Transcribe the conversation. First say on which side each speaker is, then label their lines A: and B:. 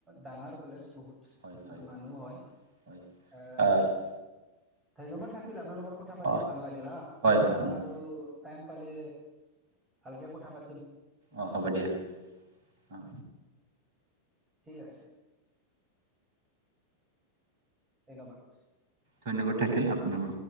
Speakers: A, on the right; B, on the right.
A: ডাঙৰ কলেজ। বহুত
B: হয় হয়
A: মানুহ হয়
B: হয়
A: অহ
B: অ
A: ধন্যবাদ থাকিল আপোনাৰ লগত কথা পাতি
B: অ
A: ভাল লাগিল হা,
B: হয়
A: পিছত
B: হয়
A: আৰু টাইম পালে, ভালকে কথা পা
B: অহ, হ'ব দিয়া। অহ।
A: ঠিক আছে। ধন্যবাদ।
B: ধন্যবাদ থাকিল আপোনাৰো।